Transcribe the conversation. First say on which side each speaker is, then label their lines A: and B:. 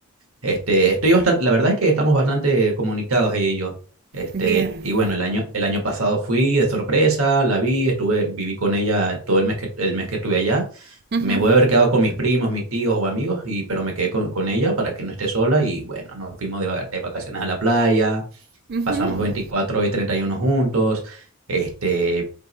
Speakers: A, on the right; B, on the right.
A: Este, estoy bastante, la verdad es que estamos bastante comunicados ella y yo. Este,
B: Bien,
A: y bueno, el año, el año pasado fui de sorpresa, la vi, estuve, viví con ella todo el mes que, el mes que estuve allá.
B: Ujú,
A: Me voy a haber quedado con mis primos, mis tíos o amigos, y, pero me quedé con, con ella para que no esté sola y bueno, nos fuimos de, vaca- de vacaciones a la playa,
B: ujú.
A: pasamos 24 y 31 juntos, este,